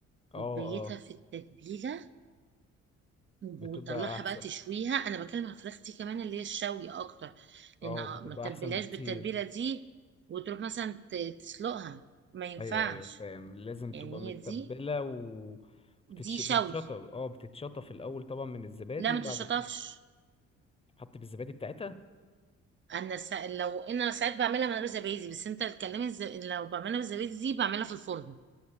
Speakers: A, on the left; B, on the right.
A: اه
B: وتبيتها
A: اه
B: في التتبيله وتطلعها
A: بتبقى احسن
B: بقى تشويها انا بكلم على الفراخ دي كمان اللي هي الشوي اكتر لان
A: اه بتبقى
B: ما تتبلهاش
A: احسن بكتير
B: بالتتبيله دي وتروح مثلا ت- تسلقها ما ينفعش
A: ايوه ايوه فاهم لازم
B: يعني
A: تبقى متبله
B: هي دي
A: و وتتش...
B: دي
A: بتتشطب
B: شوي
A: اه بتتشطب في الاول طبعا من الزبادي
B: لا ما
A: وبعد
B: تشطفش
A: كده تحط بالزبادي بتاعتها
B: انا سا... لو انا ساعات بعملها من غير زبادي بس انت الكلام الز... لو بعملها بالزبادي دي بعملها في الفرن